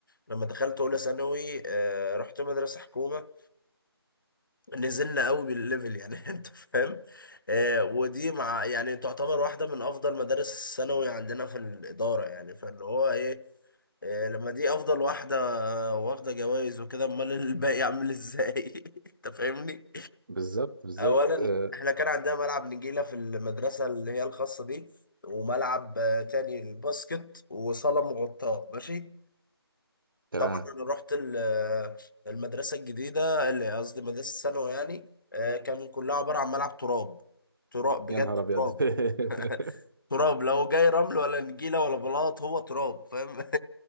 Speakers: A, on the left; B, on the right.
A: لما دخلت أولى ثانوي آه، رحت مدرسة حكومة نزلنا قوي بالليفل يعني <laughs> انت فاهم آه ودي مع يعني تعتبر واحده من افضل مدارس الثانوي عندنا في الاداره يعني فاللي هو ايه آه لما دي افضل واحده واخده جوائز وكده امال الباقي عامل ازاي <laughs> انت فاهمني
B: بالظبط بالظبط
A: اولا
B: آه،
A: احنا كان عندنا ملعب نجيله في المدرسه اللي هي الخاصه دي وملعب آه، تاني الباسكت وصاله مغطاه ماشي
B: تمام
A: طبعا انا رحت ال- المدرسه الجديده اللي قصدي مدرسه الثانوي يعني آه، كان كلها عباره عن ملعب تراب تراب بجد
B: يا نهار ابيض
A: تراب
B: <laughs>
A: <laughs> تراب لو جاي رمل ولا نجيله ولا بلاط هو تراب فاهم